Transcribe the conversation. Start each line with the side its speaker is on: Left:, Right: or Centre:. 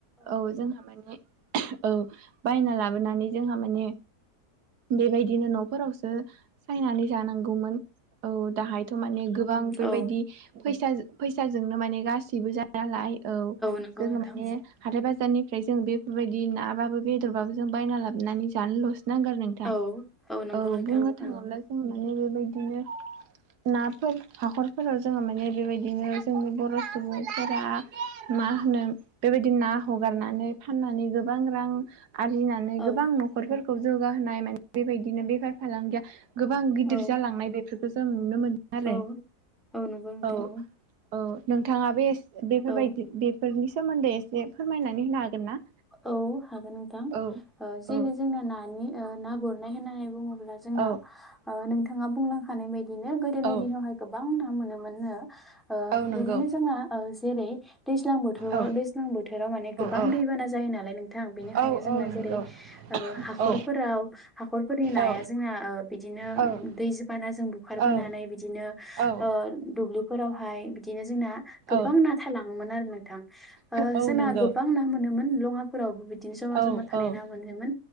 Right: औ जोंहा माने औ बायना लाबोनानै जोंहा माने बेबायदिनो न' फोरावसो सायनानै जानांगौमोन औ दाहायथ' माने गोबां बेबायदि
Centre: औ
Right: फैसा फैसाजोंनो माने गाससिबो जा नालाय औ
Centre: नंगौ
Right: जोङो
Centre: नोंथां
Right: माने हाथाय बाजारनिफ्राय जों बेफोरबायदि नाबाबो बेदरबाबो जों बायना लाबोनानै जानोल'सो नांगोन आरो नों
Centre: औ। नंगौ
Right: औ
Centre: नोंथां
Right: बुंनो थाङोब्ला
Centre: औ
Right: जों माने बेबायदिनो नाफोर हाखरफोराव जोङो माने बेबायदिनो जोंनि बर' सुबुंफोरा मा होनो बेबायदि ना हगारनानै फाननानै गोबां रां आरजिना नानै
Centre: औ
Right: गोबां न'खरफोरखौ जौगाहोनाय माने बेबायदिनो बेफार फालांगिया गोबां गिदिर
Centre: औ
Right: जालांनाय बेफोरखौ जों नुनो मोनदों आरो
Centre: औ औ नंगौ नोंथां
Right: औ। औ नोंथाङा बे बेफोरबायदि
Centre: औ
Right: बेफोरनि सोमोन्दै एसे फोरमायनानै होनो हागोन ना?
Centre: औ हागोन नोंथां
Right: औ
Centre: ओ जेरै
Right: औ
Centre: जोंना नानि ओ ना गुरनाय होननानै बुङोब्ला जोंना
Right: औ
Centre: ओ नोंथाङा बुंलांखानाय बायदिनो गोदोनि
Right: औ
Centre: दिनावहाय गोबां ना मोनोमोननो ओ
Right: औ नंगौ
Centre: बिदिनो जोंना जेरै दैज्लां बोथोराव
Right: औ
Centre: दैज्लां बोथोराव माने गोबां
Right: औ
Centre: दैबाना जायो नालाय नोंथां बेनिखायनो
Right: औ
Centre: जोंना
Right: औ नंगौ
Centre: जेरै ओ हाखरफोराव
Right: औ
Centre: हाख'रफोरनि नाया
Right: औ
Centre: जोंना ओ बिदिनो
Right: औ
Centre: दैज बाना जों बुखारबोनानै
Right: औ
Centre: बिदिनो
Right: औ
Centre: ओ ओ दुब्लिफोरावहाय बिदिनो जोंना
Right: औ
Centre: गोबां ना थालाङोमोन आरो नोंथां। ओ
Right: औ
Centre: जोंना
Right: नंगौ
Centre: गोबां ना मोनोमोन मुंयाफोरावबो बिदिनो ज'मा
Right: औ
Centre: ज'मा थानाय
Right: औ
Centre: ना मोनोमोन